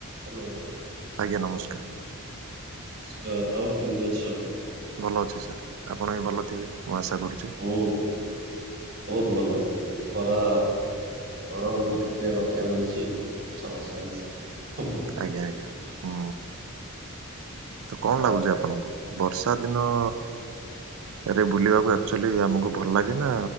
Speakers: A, on the right; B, on the right.
A: Hello.
B: ଆଜ୍ଞା ନମସ୍କାର।
A: ନମସ୍କାର ଆଉ କେମିତି ଅଛ?
B: ଭଲ ଅଛି ସାର୍ ଆପଣ ବି ଭଲ ଥିବେ ମୁଁ ଆଶା କରୁଛି।
A: ହୁଁ ବହୁତ ଭଲ ଖରା ଗରମ ରୁ ଟିକେ ରକ୍ଷା ମିଳିଛି ବର୍ଷା ଫର୍ଷା ହେଇଛି ହୁଁ ହୁଁ।
B: ଆଜ୍ଞା ଆଜ୍ଞା। ହୁଁ ତ କଣ ଲାଗୁଛି
A: ଆଉ
B: ଆପଣଙ୍କୁ ବର୍ଷା ଦିନ ଆରେ ବୁଲିବାକୁ ଆକ୍ଚାଲି ଆମକୁ ଭଲ ଲାଗେ ନା